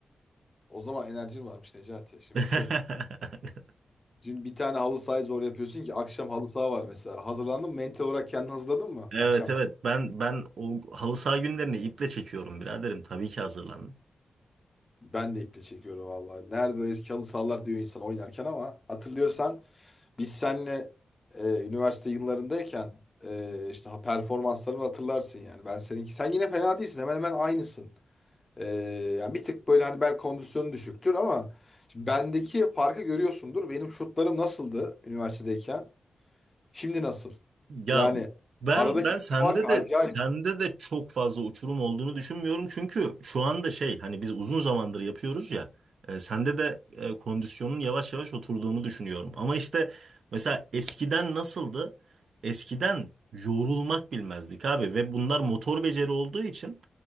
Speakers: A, on the left; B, on the right.
A: o zaman enerjin varmış Necati. Şimdi
B: <laughs>
A: <laughs> dün bir tane halı sahayı zor yapıyorsun ki akşam halı saha var mesela. Hazırlandın mı? Mental olarak kendini hazırladın mı?
B: Evet
A: Akşam.
B: evet ben ben o halı saha günlerini iple çekiyorum biraderim tabii ki hazırlan.
A: Ben de iple çekiyorum vallahi. Nerede o eski halı sahalar diyor insan oynarken ama hatırlıyorsan biz seninle e, üniversite yıllarındayken e, işte ha- performanslarını hatırlarsın yani. Ben seninki. Sen yine fena değilsin. Hemen hemen aynısın. Ee, yani bir tık böyle hani bel kondisyonu düşüktür ama şimdi bendeki farkı görüyorsundur. Benim şutlarım nasıldı üniversitedeyken? Şimdi nasıl?
B: Ya
A: Yani
B: ben
A: aradaki
B: ben sende
A: fark
B: de
A: acayip.
B: sende de çok fazla uçurum olduğunu düşünmüyorum. Çünkü şu anda şey hani biz uzun zamandır yapıyoruz ya. e, sende de e, kondisyonun yavaş yavaş oturduğunu düşünüyorum. Ama işte mesela eskiden nasıldı? Eskiden yorulmak bilmezdik abi ve bunlar motor beceri olduğu için